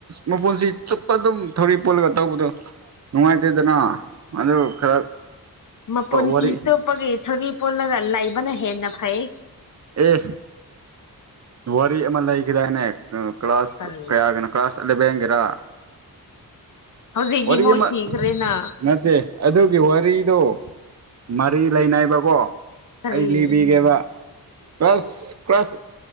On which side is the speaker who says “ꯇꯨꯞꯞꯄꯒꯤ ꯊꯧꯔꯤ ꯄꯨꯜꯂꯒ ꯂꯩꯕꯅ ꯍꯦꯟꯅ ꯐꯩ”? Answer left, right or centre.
Left